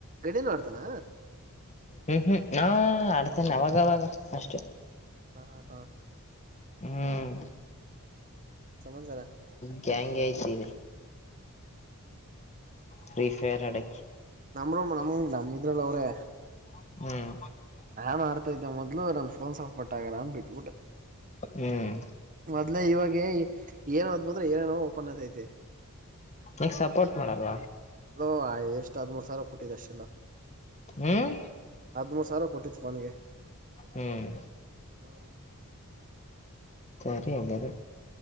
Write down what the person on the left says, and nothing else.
ಹ್ಮ್ ಹ್ಮ್ ಆಡ್ತಾನೆ ಅವಾಗವಾಗ ಅಷ್ಟೆ.
ಹ್ಮ್
<unintelligible> ಐಸಿರಿ
ಫ್ರೀಫರ್ ಅಡಕೆ
ಹ್ಮ್
ಹ್ಮ್
ನನಿಗೆ ಸಪೋರ್ಟ್ ಮಾಡಲ್ಲ
ಹ್ಮ್
ಹ್ಮ್
ಸರಿ ಹಾಗ